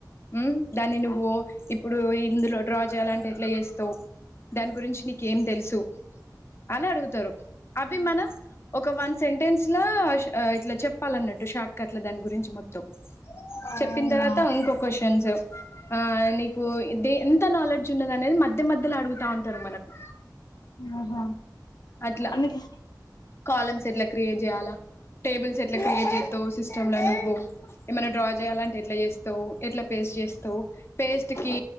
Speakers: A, on the left; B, on the left.
A: ఉమ్ దాన్ని నువ్వు ఇప్పుడు ఇందులో డ్రా చేయాలంటే ఎట్ల చేస్తవ్ గురించి నీకేం తెలుసు అన అడుగుతరు అవి మనం ఒక వన్ సెంటెన్స్ ఇట్లా ష ఆ ఇట్ల చెప్పాలన్నట్టు షార్ట్కట్ల దాని గురించి మొత్తం
B: అవునా
A: చెప్పిన్ తర్వాత ఇంకో క్వశన్ ఆ నీకు ఇది ఎంత నాలెడ్జ్ ఉన్నది అనేది మధ్య మధ్యలో అడుగుతాంటరు మనకు
B: ఆహా
A: అట్లా
B: అందుకే
A: కాలమ్స్ ఎట్ల క్రియేట్ చేయాలా టేబుల్స్ ఎట్ల క్రియేట్ చేస్తవ్ సిస్టమ్ ల నువ్వు ఏమైన డ్రా చేయాలంటె ఎట్ల చేస్తవు ఎట్ల పేస్ట్ చేస్తవ్ పేస్ట్ కి